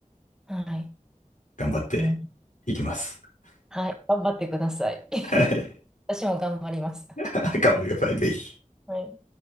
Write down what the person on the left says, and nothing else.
頑張って
いきます。
はい。
<laughs> 頑張ってください、ぜひ。